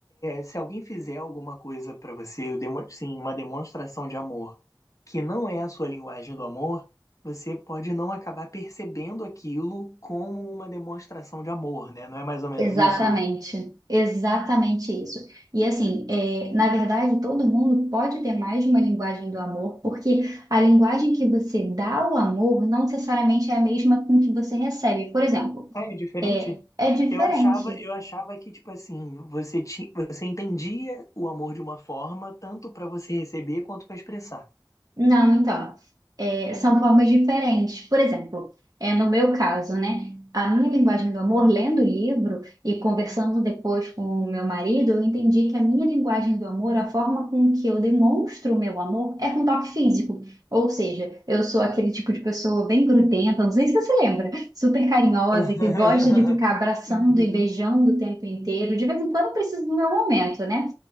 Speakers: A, on the left (about 45°); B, on the right (about 50°).
A: Se alguém fizer alguma coisa para você, demo- sim, uma demonstração de amor, que não é a sua linguagem do amor, você pode não acabar percebendo aquilo como uma demonstração de amor, né? Não é mais ou menos
B: Exatamente,
A: isso?
B: exatamente isso. E assim, é, na verdade, todo mundo pode ter mais de uma linguagem do amor, porque a linguagem que você dá ao amor não necessariamente é a mesma com que você recebe. Por exemplo,
A: Ah, é diferente?
B: é, é diferente.
A: Eu achava, eu achava que, tipo assim, você, ti, você entendia o amor de uma forma, tanto para você receber quanto para expressar.
B: Não, então, é, são formas diferentes. Por exemplo, é no meu caso, né? A minha linguagem do amor, lendo o livro e conversando depois com o meu marido, eu entendi que a minha linguagem do amor, a forma com que eu demonstro o meu amor, é com toque físico. Ou seja, eu sou aquele tipo de pessoa bem grudenta, não sei se você se lembra, super carinhosa,
A: <laughs>
B: que gosta de ficar abraçando
A: Uhum.
B: e beijando o tempo inteiro. De vez em quando eu preciso do meu momento, né?